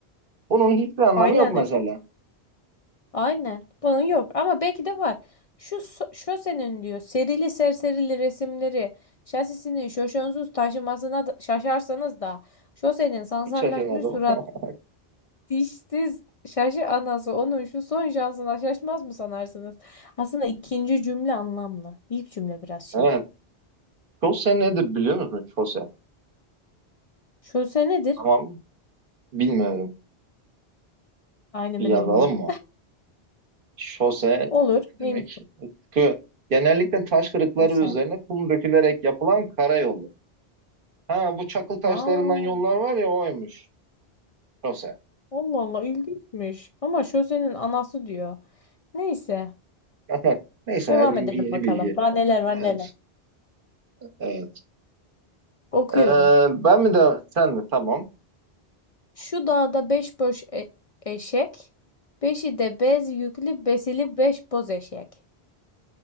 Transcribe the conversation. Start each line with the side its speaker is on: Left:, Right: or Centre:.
Right: Bunun hiçbir anlamı
Left: Aynen
Right: yok mesela.
Left: evet. Aynen. Bunun yok ama belki de var. Şu so- şosenin diyor serili serserili resimleri şasisini şoşonsuz taşımasına da- şaşarsanız da şosenin sansarlaşmış
Right: Hiç şaşırmadım.
Left: surat
Right: <laughs>
Left: dişsiz şaşı anası onun şu son şansına şaşmaz mı sanarsınız? Aslında ikinci cümle anlamlı. İlk cümle biraz şey.
Right: Evet. Chose nedir biliyor musun? Chose.
Left: Şose nedir?
Right: Tamam. Bilmiyorum.
Left: Aynen
Right: Bir
Left: ben
Right: yazalım
Left: de bilmiyorum.
Right: mı? Şose
Left: Olur.
Right: ne demek?
Left: Neymiş bu
Right: Kı. Genellikle taş kırıkları
Left: şose?
Right: üzerine kum dökülerek yapılan karayolu. Ha bu çakıl taşlarından
Left: Aa,
Right: yollar var ya oymuş. Şose.
Left: Allah Allah ilginçmiş. Ama şosenin anası diyor. Neyse.
Right: <laughs> Neyse
Left: Devam
Right: her gün
Left: edelim
Right: bir yeni
Left: bakalım.
Right: bilgi.
Left: Daha neler var
Right: Evet,
Left: neler.
Right: evet.
Left: Okuyorum.
Right: Ee, ben mi de sen mi? Tamam.
Left: Şu dağda beş boş e- eşek. Beşi de bez yüklü besili beş boz eşek.